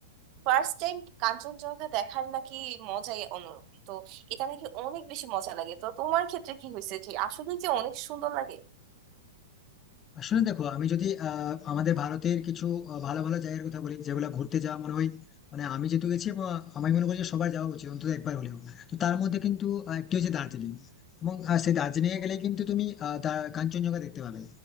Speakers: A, on the right; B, on the left.
A: ফার্স্ট টাইম কাঞ্চনজঙ্ঘা দেখার নাকি মজাই অন্যরকম তো এটা নাকি অনেক বেশি মজা লাগে তো তোমার ক্ষেত্রে কি হয়েছে যে আসলে যে অনেক সুন্দর লাগে
B: আসলে দেখো আমি যদি আহ, আমাদের ভারতের কিছু আহ, ভালো ভালো জায়গার কথা বলি যেগুলো ঘুরতে যাওয়া মনে হয় মানে আমি যেহেতু গেছি এবং আমি মনে করি যে সবার যাওয়া উচিত অন্তত একবার হলেও তো তার মধ্যে কিন্তু আহ, একটি হচ্ছে দার্জিলিং এবং আহ, সেই দার্জিলিং এ গেলে কিন্তু তুমি আহ, দা- কাঞ্চনজঙ্ঘা দেখতে পাবে